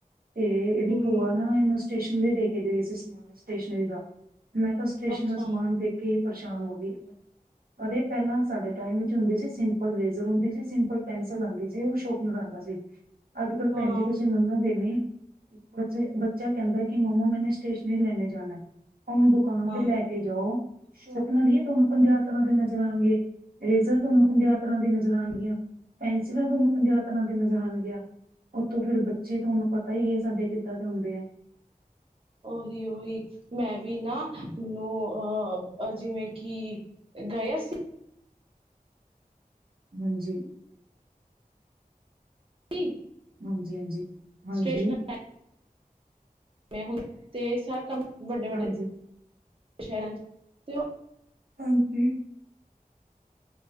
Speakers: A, on the right; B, on the right.
A: ਤੇ ਇਹਦੀ
B: ਹੂੰ
A: ਭੂਆ ਨਾ ਇਹਨੂੰ ਸਟੇਸ਼ਨਰੀ ਦੇ ਕੇ ਗਏ ਸੀ, ਸਮਾਨ ਸਟੇਸ਼ਨਰੀ ਦਾ। ਮੈਂ ਤਾਂ ਸਟੇਸ਼ਨਰੀ
B: ਅੱਛਾ
A: ਦਾ ਸਮਾਨ ਦੇਖ ਕੇ ਹੀ ਪਰੇਸ਼ਾਨ ਹੋ ਗਈ। ਅਰੇ, ਪਹਿਲਾਂ ਸਾਡੇ ਟਾਈਮ ਵਿੱਚ ਹੁੰਦੇ ਸੀ ਸਿੰਪਲ ਈਰੇਜਰ ਹੁੰਦੀ ਸੀ, ਸਿੰਪਲ ਪੈਨਸਿਲ ਆਉਂਦੀ ਸੀ ਔਰ ਸ਼ੋਪਨਰ ਆਂਦਾ ਅੱਜ ਕੱਲ੍ਹ
B: ਹਾਂ।
A: ਭੈਣ ਜੀ ਤੁਸੀਂ ਮੰਨੋਗੇ ਨੀਂ ਬੱਚੇ, ਬੱਚਾ ਕਹਿੰਦਾ ਕਿ ਮੰਮਾ ਮੈਨੇ ਸਟੇਸ਼ਨਰੀ ਲੈਣੇ ਜਾਣਾ ਹੈ। ਓਨੂੰ ਦੁਕਾਨ
B: ਹਾਂ
A: ਤੇ ਲੈ ਕੇ ਜਾਓ, ਸ਼ੋਪਨਰ ਹੀ ਤੁਹਨੂੰ ਪੰਜਾਹ ਤਰ੍ਹਾਂ ਦੇ ਨਜ਼ਰ ਆਣਗੇ। ਇਰੇਜ਼ਰ ਤੁਹਾਨੂੰ ਪੰਜਾਹ ਤਰਾਂ ਦੀ ਨਜ਼ਰ ਆਣਗੀਆਂ, ਪੈਨਸਿਲਾਂ ਤੁਹਾਨੂੰ ਪੰਜਾਹ ਤਰਾਂ ਦੀ ਨਜ਼ਰ ਆਣਗੀਆਂ। ਉੱਤੋਂ ਫਿਰ ਬੱਚੇ ਤੁਹਾਨੂੰ ਪਤਾ ਹੀ ਏ ਸਾਡੇ ਕਿੱਦਾਂ ਦੇ ਹੁੰਦੇ ਐ।
B: ਓਹੀ-ਓਹੀ, ਮੈਂ ਵੀ ਨਾ, ਮੈਨੂੰ ਅਹ ਜਿਵੇਂ ਕਿ ਗਏ ਸੀ
A: ਹਾਂਜੀ
B: <unintelligible>
A: ਹਾਂਜੀ-ਹਾਂਜੀ, ਹਾਂਜੀ।
B: ਸਟੇਸ਼ਨਰੀ ਮੈਂ ਹੁਣ, <inaudible> ਤੇ ਸਾਰਾ ਕੰਮ, <inaudible> ਵੱਡੇ ਵੱਡੇ
A: ਹਾਂਜੀ,
B: <unintelligible> ਸ਼ਹਿਰਾਂ ਚ
A: ਹਾਂਜੀ